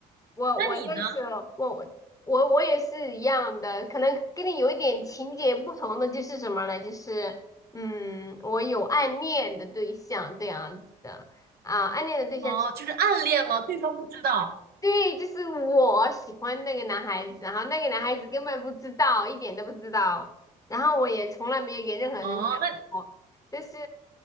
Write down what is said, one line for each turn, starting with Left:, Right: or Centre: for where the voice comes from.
Left: 我我那时候我我我我也是一样的，
Right: 那你呢？
Left: 可能跟你有一点情节不同的就是什么呢？就是嗯，我有暗恋的对象这样子的啊，暗恋的对象。
Right: 哦，
Left: 是。
Right: 就是暗恋吗？对方不知道。
Left: 对，就是我喜欢那个男孩子，然后那个男孩子根本不知道，一点都不知道，然后我也从来没有给任何人讲过。
Right: 哦，那
Left: 就是